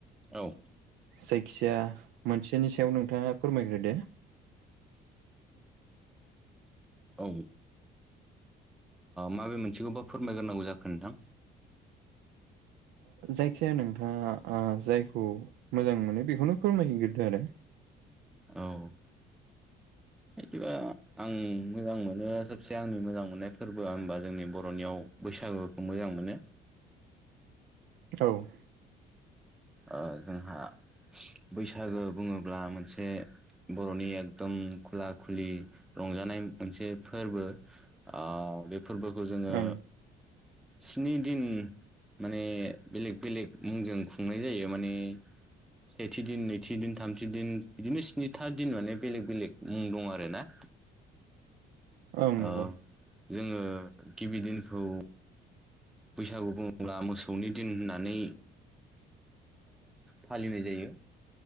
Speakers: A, in the centre; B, on the right.
A: औ
B: जायखिया मोनसेनि सायाव नोंथाङा फोरमायग्रोदो।
A: औ ओ माबे मोनसेखौबा फोरमायगोरनांगौ जाखो नोंथां?
B: जायखिाया नोंथाङा जायखौ मोजां मोनो बेखौनो फोरमायहग्रोदो आरो
A: औ बिदिबा आं मोजां मोनो सबसे आंनि मोजां मोननाय फोरबोआ होनबा जोंनि बर'नियाव बैसागोखौ मोजां मोनो
B: औ
A: औ जोंहा बैसागो बुङोब्ला मोनसे बर'नि एकदम खुला खुलि रंजानाय मोनसे फोरबो औ बे फोरबोखौ जोङो
B: ओं
A: स्नि दिन माने बेलेग बेलेग मुंजों खुंनाय जायो माने सेथि दिन नैथि दिन थामथि दिन बिदिनो स्निथा दिन माने बेलेग बेलेग मुं दं आर ना
B: ओं नंगौ
A: ओ जोङो गिबि दिनखौ बैसागु बुंब्ला मोसौनि दिन होननानै फालिनाय जायो